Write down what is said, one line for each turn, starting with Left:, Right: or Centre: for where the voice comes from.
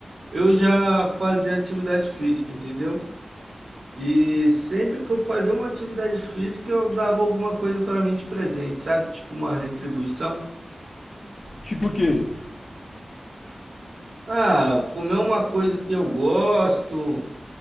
Right: eu já fazia atividade física, entendeu? E sempre que eu fazia uma atividade física, eu dava alguma coisa para mim de presente, sabe? Tipo uma retribuição.
Left: Tipo o quê?
Right: Ah, comer uma coisa que eu gosto,